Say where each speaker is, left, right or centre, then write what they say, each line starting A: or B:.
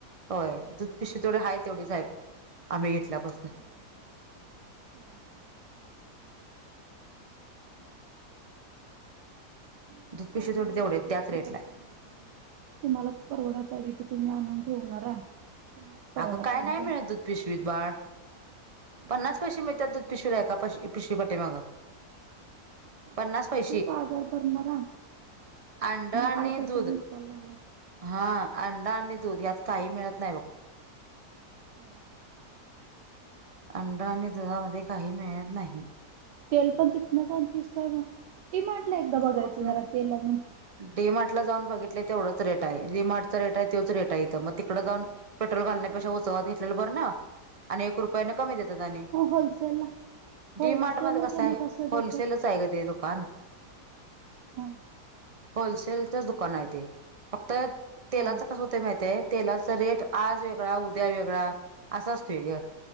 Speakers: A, on the right; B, on the right.
A: होय. दूध पिशवी तेवढी हाय तेवढीच आहे बघ आम्ही घेतल्यापासनं.
B: हम्म हम्म हम्म. मग रेट
A: दूध पिशवी
B: वाढल्यावर
A: तेवढी तेवढे
B: तुम्ही
A: त्याच रेटला
B: तर काय
A: आहे.
B: करणार आहेसा? तुम्हाला तर परवडाय पाहिजे की तुम्ही आणून ठेवणारा. तुम्हाला परवडा
A: अगं काय
B: पाहिजे
A: नाही
B: ते
A: मिळत दूध पिशवीत बाळ.
B: मग
A: पन्नास पैसे मिळतात दूध पिशव्या एका पाश पिशवी पाठीमागं.
B: <unintelligible> तुम्ही
A: पन्नास पैसे
B: बाजार भरणारा.
A: अंडा आणि
B: हाय तसच
A: दूध
B: विकायला लागला
A: हां अंडा आणि दूध यात काही मिळत नाही बघ.
B: <inaudible>
A: अंडा आणि दुधामध्ये काही मिळत नाही.
B: तेल पण तिथनंच आणतीस काय मग? डी मार्टला एकदा बघायचं
A: कुठनं
B: जरा तेल आणून.
A: डी मार्टला जाऊन बघितलंय तेवढंच रेट आहे डी. मार्टचा रेट आहे त्योच रेट आहे इ थं मग तिकडं
B: होय
A: जाऊन पेट्रोल घालण्यापेक्षा
B: तेच रेट असतय
A: <unintelligible> घेतलेलं बरं ना? आणि एक रुपयाने
B: हो
A: कमी देतात आणि
B: होलसेलला होलसेलला
A: डी मार्टमध्ये कसं
B: त्यांनी
A: आहे
B: देतात
A: होलसेलच आहे गं ते दुकान.
B: हा
A: होलसेलचच दुकान आहे ते फक्त तेलाचं
B: हा
A: कसं हो तंय माहित आहे तेलाचा रेट आज वेगळा उद्या वेगळा असं असतोय गं.